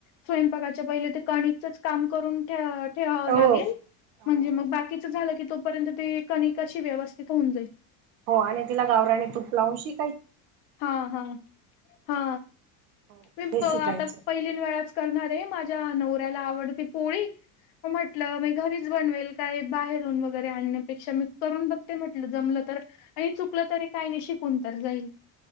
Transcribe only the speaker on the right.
हो हो
हो
हो आणि तिला गावराने तूप लावून शे.
हो
बेसिक
गायचं